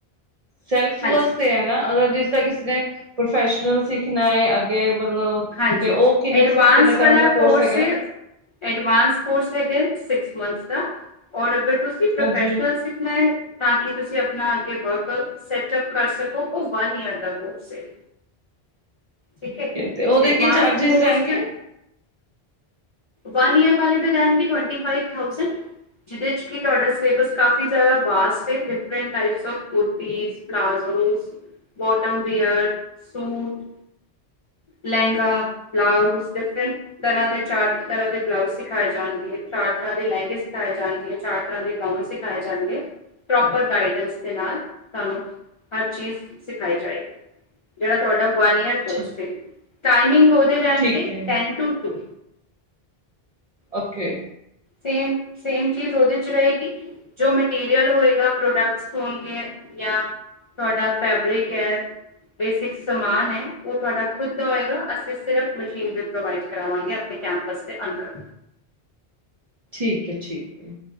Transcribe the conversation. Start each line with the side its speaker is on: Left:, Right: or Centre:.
Right: ਸੈਲਫ
Left: ਹਾਂਜੀ
Right: ਵਾਸਤੇ ਐ ਨਾ, ਅਗਰ ਜਿਸ ਤਾ ਕਿਸੀ ਨੇ ਪ੍ਰੋਫੈਸ਼ਨਲ ਸਿੱਖਣਾ ਏ, ਅੱਗੇ ਮਤਲਬ
Left: ਹਾਂਜੀ
Right: ਤੇ ਓਹ ਕਿੰਨੇ
Left: ਐਡਵਾਂਸ
Right: ਕਿੰਨੇ
Left: ਵਾਲਾ
Right: ਟਾਈਮ ਦਾ ਕੋਰਸ ਹੈਗੈ?
Left: ਏ ਐਡਵਾਂਸ ਕੋਰਸ ਹੈਗੈ ਸੀਕਸ ਮਨਥਸ ਦਾ, ਔਰ ਅਗਰ ਤੁਸੀਂ ਪ੍ਰੋਫੈਸ਼ਨਲ
Right: ਹਾਂਜੀ
Left: ਸਿਖਣੈ ਤਾਂ ਕਿ ਤੁਸੀਂ ਅਪਣਾ ਅੱਗੇ ਵਰਕ ਸੈਟਅਪ ਕਰ ਸਕੋ ਓਹ ਵਨ ਈਅਰ ਦਾ ਕੋਰਸ ਏ। ਠੀਕ ਹੈ,
Right: ਤੇ ਉਹਦੇ
Left: ਐਡਵਾਂਸ
Right: ਕੀ ਚਾਰਜਿਸ
Left: ਕੋਰਸ
Right: ਰਹਿਣਗੇ
Left: ਚ ਵਨ ਈਅਰ ਵਾਲੇ ਦੇ ਰੈਣਗੇ ਟਵਣਟੀ ਫਾਇਵ ਥਾਉਸੈਂਡ। ਜਿਦੇ ਚ ਕੀ ਤੁਹਾਡਾ ਸਲੇਬਸ ਕਾਫੀ ਜੈਦਾ ਵਾਸਟ ਏ, different types of kurtis palazzos, bottom wear, suit lehenga, blouse, different ਤਰਾ ਦੇ ਚਾਰ ਤਰਾ ਦੇ ਬਲਾਉਜ ਸਿਖਾਏ ਜਾਣਗੇ। ਚਾਰ ਤਰ੍ਹਾਂ ਦੇ ਲਹਿੰਗੇ ਸਿਖਾਏ ਜਾਣਗੇ, ਚਾਰ ਤਰ੍ਹਾਂ ਦੇ ਗਾਊਨ ਸਿਖਾਏ ਜਾਣਗੇ। ਪ੍ਰੋਪਰ ਗਾਈਡੈਂਸ ਦੇ ਨਾਲ ਤਾਨੂੰ ਹਰ ਚੀਜ਼ ਸਿਖਾਈ ਜਾਏਗੀ। ਜੇੜਾ ਤੁਹਾਡਾ ਵਨ ਈਅਰ ਕੋਰਸ
Right: ਠੀਕ
Left: ਏ, ਟਾਈਮਿੰਗ ਔਦੇ ਰੈਣਗੇ
Right: ਠੀਕ ਹੈ
Left: ten to two.
Right: Okay.
Left: Same same ਚੀਜ਼ ਉਹਦੇ ਚ ਰਹੇਗੀ। ਜੋ ਮਟੀਰੀਅਲ ਹੋਏਗਾ, ਪ੍ਰੋਡਕਟਸ ਹੋਣਗੇ ਜਾਂ। ਤੁਹਾਡਾ ਫੈਬਰਿਕ ਹੈ। ਬੇਸਿਕ ਸਮਾਨ ਏ ਉਹ ਤੁਹਾਡਾ ਖੁਦ ਦਾ ਹੋਏਗਾ। ਅਸੀਂ ਸਿਰਫ਼ ਮਸ਼ੀਨ ਪ੍ਰੋਵਾਈਡ ਕਰਾਵਾਂਗੇ ਆਪਣੇ ਕੈਂਪਸ ਦੇ ਅੰਦਰ।
Right: ਠੀਕ ਹੈ, ਠੀਕ ਹੈ